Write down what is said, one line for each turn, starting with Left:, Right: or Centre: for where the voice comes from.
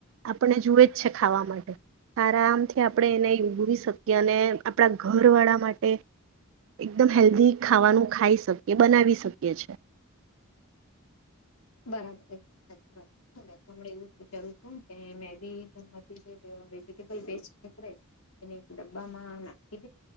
Right: આપણે જૂએ ખાવા માટે આરામથી આપણે એને ઉગવી શકીએ અને આપણા ઘર વાળા માટે એકદમ હેલ્ધી ખાવાનું ખાઈશ બનાવી શકીએ છે
Left: બરાબર સાચી વાત છે મે એવું જ વિચારું છું કે મે બીથી જે વેજટેબલ વેસ્ટ નીકળે એ એક ડબ્બામાં નાખી